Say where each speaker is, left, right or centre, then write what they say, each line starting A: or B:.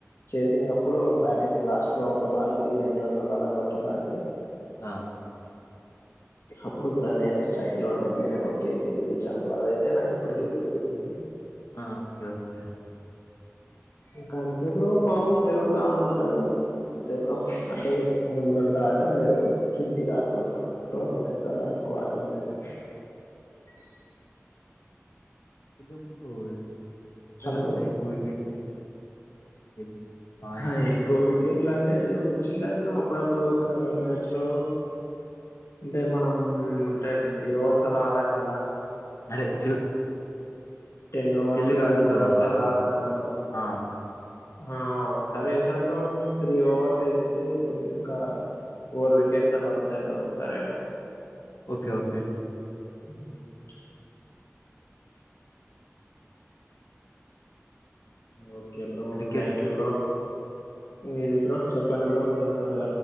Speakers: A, on the left; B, on the left.
A: చేసింగ్ అప్పుడు బ్యాటింగ్ లాస్ట్ లో ఒక బాల్కి రెండు రన్లు అలా గోట్టాలంటే
B: ఆ
A: అప్పుడు గూడా నేనే స్ట్రైక్ లో ఉండి నేనే కొట్టి గెలిపించాను. అదయితే నాకు ఇప్పటికీ గుర్తుకుంది.
B: ఆ ఓకే ఓకే
A: ఇంకంతే బ్రో మామూల్ జరుగుతా ఉంటది ఇంతే బ్రో అంటే ముందంతా ఆడ్డం లేదు షెడ్డిల్ ఆడుతూ ఉంటాం టోర్నమెంట్స్ అలా ఎక్కు ఆడ్డం లేదు. హాయ్
B: ఎందుకు బ్రో క్రికెట్
A: హలో
B: అంటే ఎక్కువ వికెట్ తీసి ఎంజాయ్ ఆ
A: హా
B: హ్యాపీనెస్
A: ఎక్కు వికెట్ ఇట్లంటే వచ్చిందా బ్రో అప్పుడప్పుడు ఒక మ్యాచ్లో అంటే మనం అంటే టే ట్వంటీ అవర్స్ అలా ఆడం గదా
B: అరే చిల్
A: టెన్ అవర్స్,
B: చిల్లీగా
A: ట్వల్
B: ఆడుతుంటారుగా
A: అవర్స్
B: బ్రో.
A: అలా ఆడతాం బ్రో.
B: ఆ!
A: హా ఒక్సార్ ఏసా బ్రో త్రీ ఓవర్స్ వేసింటే ఒక ఫోర్ వికెట్స్ అలా వచ్చాయి బ్రో ఒకసారేమో
B: ఓకే ఓకే.
A: మ్మ్ అంతే okay bro
B: cricket
A: thank you bro ఏది బ్రో చెప్పండి బ్రో ఏదో అడగ